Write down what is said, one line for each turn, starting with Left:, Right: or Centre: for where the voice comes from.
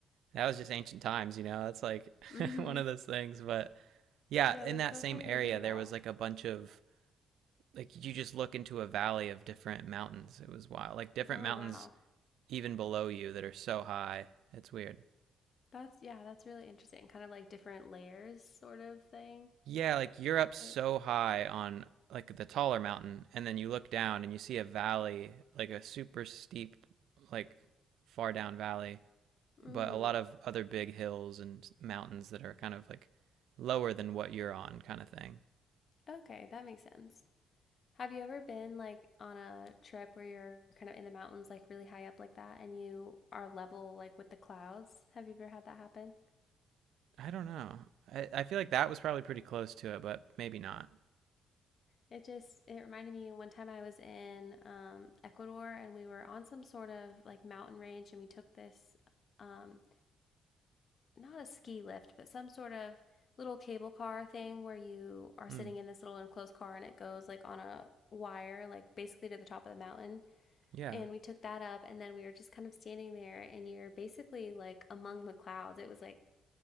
Right: that was just ancient times, you know, that's like
Left: Mm-hmm.
Right: <laughs> one of those things. But yeah,
Left: Yeah,
Right: in
Left: that's
Right: that
Left: so
Right: same
Left: funny
Right: area,
Left: to think about.
Right: there was like a bunch of, like, you just look into a valley of different mountains. It was wild. Like, different
Left: Oh
Right: mountains
Left: wow.
Right: even below you that are so high. It's weird.
Left: That's yeah, that's really interesting. Kind of like different layers sort of thing.
Right: Yeah, like you're up so
Left: Like,
Right: high on like the taller mountain, and then you look down and you see a valley, like a super steep, like far down valley,
Left: mm,
Right: but a lot of other big hills and mountains that are kind of like lower than what you're on, kind of thing.
Left: okay, that makes sense. Have you ever been like on a trip where you're kind of in the mountains, like really high up like that, and you are level like with the clouds? Have you ever had that happen?
Right: I don't know. I, I feel like that was probably pretty close to it, but maybe not.
Left: It just it reminded me one time I was in um, Ecuador and we were on some sort of like mountain range and we took this um, not a ski lift, but some sort of little cable car thing where you are
Right: Hmm.
Left: sitting in this little enclosed car and it goes like on a wire, like basically to the top of the mountain.
Right: yeah.
Left: And we took that up and then we were just kind of standing there and you're basically like among the clouds. It was like